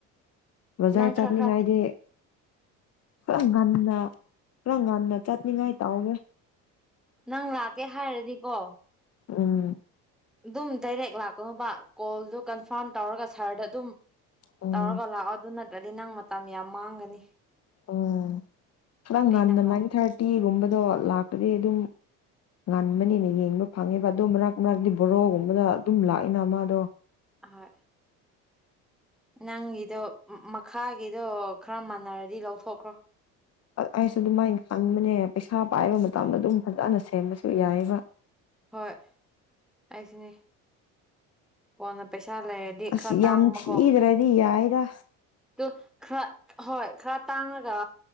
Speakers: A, on the left; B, in the centre.
A: ꯕꯖꯥꯔ
B: ꯅꯪ
A: ꯆꯠꯅꯤꯡꯉꯥꯏꯗꯤ
B: ꯈꯔ ꯈꯔ
A: ꯈꯔ ꯉꯟꯅ ꯄꯨꯔ ꯉꯟꯅ ꯆꯠꯅꯤꯡꯉꯥꯏ ꯇꯥꯎꯒꯦ
B: ꯅꯪ ꯂꯥꯛꯀꯦ ꯍꯥꯏꯔꯗꯤꯀꯣ
A: ꯎꯝ
B: ꯑꯗꯨꯝ ꯗꯥꯏꯔꯦꯛ ꯂꯥꯛꯑꯣꯕ ꯀꯣꯜꯗꯨ ꯀꯟꯐꯥꯔꯝ ꯇꯧꯔꯒ ꯁꯥꯔꯗ ꯑꯗꯨꯝ
A: ꯎꯝ
B: ꯇꯧꯔꯒ ꯂꯥꯛꯑꯣ ꯑꯗꯨ ꯅꯠꯇ꯭ꯔꯗꯤ ꯅꯪ ꯃꯇꯝ ꯌꯥꯝ ꯃꯥꯡꯒꯅꯤ
A: ꯑꯣ ꯈꯔ ꯉꯟꯅ
B: ꯑꯩ ꯅꯍꯥꯟ
A: ꯅꯥꯏꯟ ꯊꯥꯔꯇꯤꯒꯨꯝꯕꯗꯣ ꯂꯥꯛꯄꯗꯤ ꯑꯗꯨꯝ ꯉꯟꯕꯅꯤꯅ ꯌꯦꯡꯕ ꯐꯪꯉꯦꯕ ꯑꯗꯣ ꯃꯔꯛ ꯃꯔꯛꯇꯤ ꯕꯣꯔꯣꯒꯨꯝꯕꯗ ꯑꯗꯨꯝ ꯂꯥꯛꯏꯅ ꯃꯥꯗꯣ
B: ꯍꯣꯏ ꯅꯪꯒꯤꯗꯣ ꯃꯈꯥꯒꯤꯗꯣ ꯈꯔ ꯃꯥꯟꯅꯔꯗꯤ ꯂꯧꯊꯣꯛꯈ꯭ꯔꯣ
A: ꯑꯩꯁꯨ ꯑꯗꯨꯃꯥꯏꯅ ꯈꯟꯕꯅꯦ ꯄꯩꯁꯥ ꯄꯥꯏꯕ ꯃꯇꯝꯗ ꯑꯗꯨꯝ ꯐꯖꯅ ꯁꯦꯝꯕꯁꯨ ꯌꯥꯏꯌꯦꯕ
B: ꯍꯣꯏ ꯑꯩꯁꯤꯅꯦ ꯀꯣꯟꯅ ꯄꯩꯁ ꯁꯥ ꯂꯩꯔꯗꯤ
A: ꯑꯁ
B: ꯈꯔ ꯇꯥꯡꯕꯀꯣ
A: ꯌꯥꯝ ꯊꯤꯗ꯭ꯔꯗꯤ ꯌꯥꯏꯗ
B: ꯑꯗꯨ ꯈꯔ ꯍꯣꯏ ꯈꯔ ꯇꯥꯡꯉꯒ